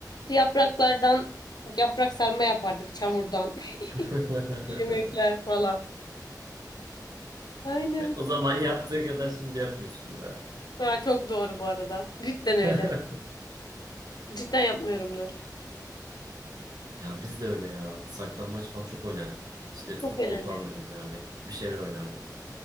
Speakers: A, on the left (about 70°); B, on the right (about 65°).
A: Yapraklardan yaprak sarma yapardık çamurdan.
B: <laughs>
A: <laughs> Yemekler falan. Aynen.
B: E, O zaman yaptığı kadar şimdi yapmıyorsundur ha.
A: Aa, çok doğru bu arada. Cidden öyle.
B: <laughs>
A: Cidden yapmıyorumdur.
B: Ya biz de öyle ya. Saklambaç falan çok oynardık. İşte
A: Çok
B: futbol
A: eğlenceliydi.
B: falan oynardık. Bir şeyler oynardık.